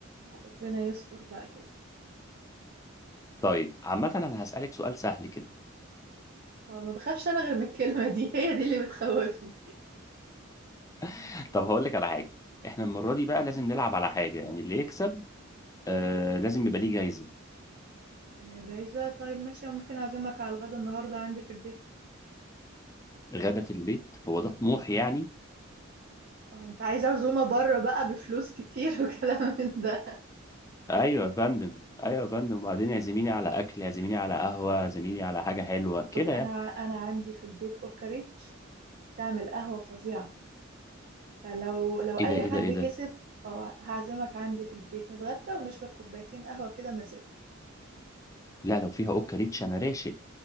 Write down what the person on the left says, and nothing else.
طيب عامة انا هسألك سؤال سهل كده
<laughs> طب هقول لك على حاجة احنا المرة دي بقى لازم نلعب على حاجة يعني اللي يكسب آه لازم يبقى ليه جايزة
غدا في البيت هو ده طموح يعني
ايوه يا فندم ايوه يا فندم وبعدين يعزميني على اكل يعزميني على قهوة يعزميني على حاجة حلوة كده يعني
ايه ده ايه
ده ايه
ده
لا لو فيها اوكا ريتش انا راشق